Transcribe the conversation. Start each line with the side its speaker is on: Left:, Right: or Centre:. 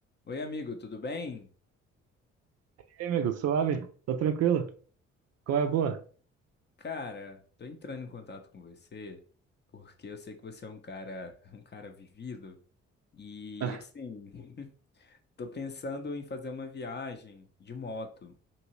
Left: Oi, amigo, tudo bem?
Right: E aí, amigo, suave? Tá tranquilo? Qual é a boa?
Left: Cara, tô entrando em contato com você porque eu sei que você é um cara, <laughs> um cara vivido e
Right: <laughs>
Left: assim, <laughs> tô pensando em fazer uma viagem de moto.